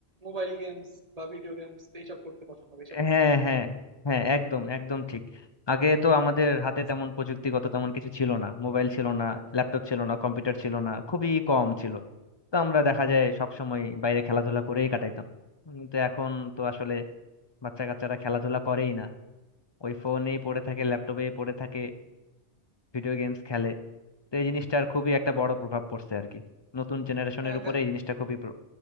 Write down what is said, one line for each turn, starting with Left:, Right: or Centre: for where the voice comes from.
Right: মোবাইল গেমস বা ভিডিও গেমস এইসব করতে পছন্দ করে এইসব খেলতে
Left: হ্যাঁ
Right: পছন্দ
Left: হ্যাঁ
Right: করে
Left: হ্যাঁ একদম একদম ঠিক আগে তো আমাদের হাতে তেমন প্রযুক্তিগত তেমন কিছু ছিল না মোবাইল ছিল না ল্যাপটপ ছিল না কম্পিউটার ছিল না খুবই কম ছিল তো আমরা দেখা যায় সব সময় বাইরে খেলাধুলা করেই কাটাইতাম কিন্তু এখন তো আসলে বাচ্চা কাচ্চারা খেলাধুলা করেই না ওই ফোনেই পড়ে থাকে ল্যাপটপেই পড়ে থাকে ভিডিও গেমস খেলে তো এই জিনিসটার খুবই একটা বড় প্রভাব পড়ছে আর কি নতুন জেনারেশনের
Right: হ্যাঁ
Left: উপরে
Right: দেখ
Left: এই জিনিসটা খুবই প্র-